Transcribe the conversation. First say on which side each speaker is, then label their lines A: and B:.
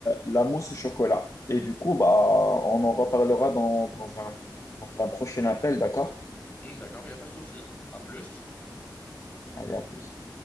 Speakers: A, on the left; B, on the left.
A: la mousse au chocolat. Et du coup, bah, on en reparlera dans, dans un, dans un prochain appel, d'accord?
B: Hum, D'accord, il n'y a pas de souci. À plus.
A: Allez, à plus.